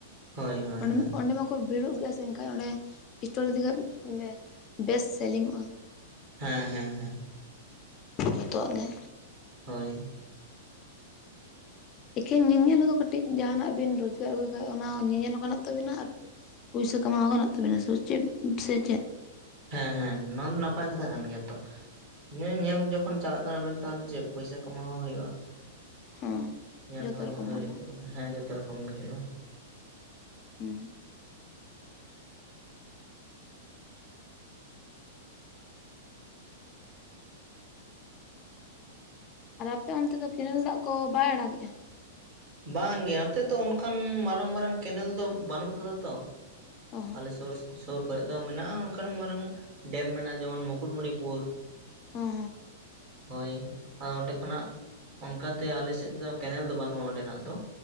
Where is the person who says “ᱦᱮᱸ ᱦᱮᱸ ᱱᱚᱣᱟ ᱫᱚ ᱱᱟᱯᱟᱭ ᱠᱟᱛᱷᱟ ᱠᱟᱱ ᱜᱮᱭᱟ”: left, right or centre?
Right